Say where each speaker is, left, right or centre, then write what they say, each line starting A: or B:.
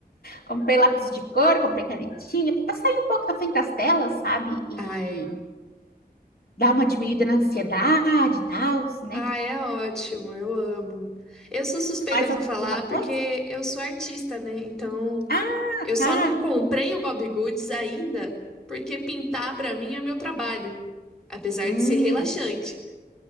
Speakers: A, on the left (about 65°); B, in the centre.
A: comprei lápis de cor, comprei canetinha, para sair um pouco da frente das telas, sabe? E
B: Ai,
A: dar uma diminuída na ansiedade e tal, né?
B: Ah, é ótimo, eu amo. Eu sou suspeita
A: Tu faz
B: pra
A: alguma
B: falar
A: coisa?
B: porque eu sou artista, né? Então,
A: Ah,
B: eu só
A: tá.
B: não comprei o Bob Goods ainda porque pintar pra mim é meu trabalho, apesar
A: Hum.
B: de ser relaxante.